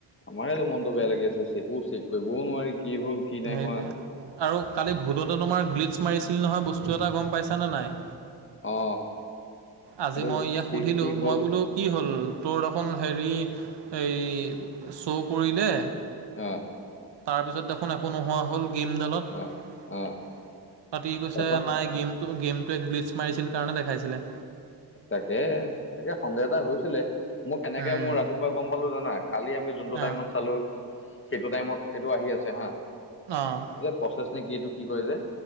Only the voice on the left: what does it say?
আমাৰ মনতটো বেয়া লাগি আছে চেকো চেক কৰিবও নোৱাৰি কি হল কি নাই
হোৱা
অ
সেইটো
ঠিক
ঠিক হ'ল
অঁ
অ অ
তাৰপা
তাকে তাকে সন্দেহ এটা হৈছিলে মোক কেনেকে
মোৰ ৰাতিপুৱা গম পালো জানা কালি আমি যোনটো টাইমত
চালো সেইটো টাইমত এইটো আহি আছে হা।
যে প্ৰচেছ নে কি এইটো কি কৰে যে